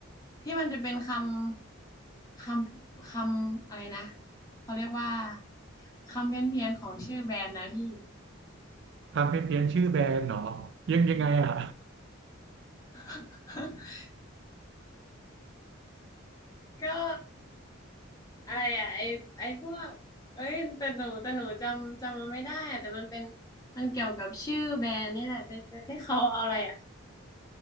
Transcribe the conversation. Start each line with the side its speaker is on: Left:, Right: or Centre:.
Left: ที่มันจะเป็นคำคำคำอะไรนะเขาเรียกว่าคำเพี้ยนเพียนของชื่อแบรนด์นะพี่
Right: ทำเพี้ยนเพียชื่อแบรนด์เหรอยังยังไงอ่ะ
Left: <laughs> ก็อะไรอะไอไอพวกเอ้ยแต่หนูแต่หนูจำจำมันไม่ได้อะแต่มันเป็นมันเกี่ยวกับชื่อแบรนด์นี่แหละแต่แต่ที่เขาเอาอะไรอ่ะ